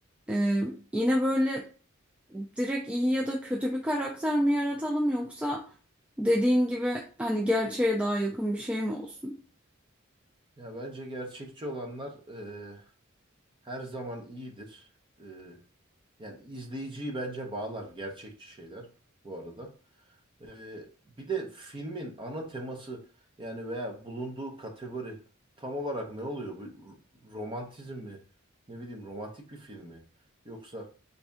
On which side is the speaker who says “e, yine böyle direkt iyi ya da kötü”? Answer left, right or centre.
Centre